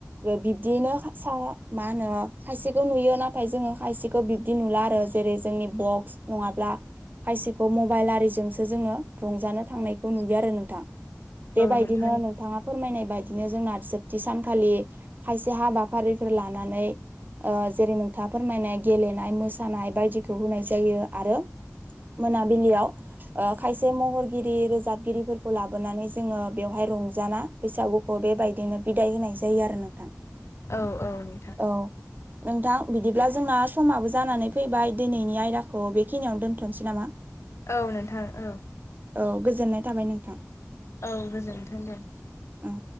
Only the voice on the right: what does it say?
बिब बिदिनो सा मा होनो खायसेखौ नुयो नाथाय जोङो खायसेखौ बिब्दि नुला आरो जेरै जोंनि बक्स नङाब्ला खायसेखौ मबाइल आरिजोंसो जोङो रंजानो थांनायखौ नुयो आरो नोंथां बेबायदिनो
नोंथाङा फोरमायनाय बायदिनो जोंना जोबथि सानखालि खायसे हाबाफारिफोर लानानै जेरै नोंथाङा फोरमायनाय गेलेनाय मोसानाय बायदिखौ होनाय जायो आरो मोनाबिलियाव खायसे महरगिरि रोजाबगिरिफोरखौ लाबोनानै जोङो बेवहाय रंजाना बैसागुखौ बेबायदिनो बिदाय होनाय जायो आरो नोंथां
औ नोंथां बिदिब्ला जोंना समाबो जानानै फैबाय दिनैनि आयदा खौ बेखिनियाव दोनथ'नोसै नामा
औ गोजोननाय थाबाय नोंथां
औ